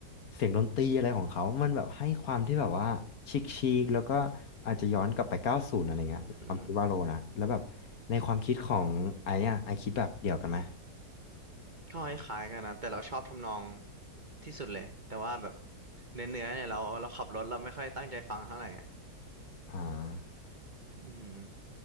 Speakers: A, on the left; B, on the right.
A: เสียงดนตรีอะไรของเขา มันแบบให้ความที่แบบว่าชิคชิคแล้วก็อาจจะย้อนกลับไป90อะไรเงี้ยความคิดว่าโลนะแล้วแบบในความคิดของไอ้อะไอคิดแบบเดียวกันไหม
B: อืม ก็คล้ายๆกันนะแต่เราชอบทำนองที่สุดเลยแต่ว่าแบบเนื้อเนื้อเนี่ยเราเราขับรถเราไม่ค่อยตั้งใจฟังเท่าไหร่ไง
A: อ่า
B: อืม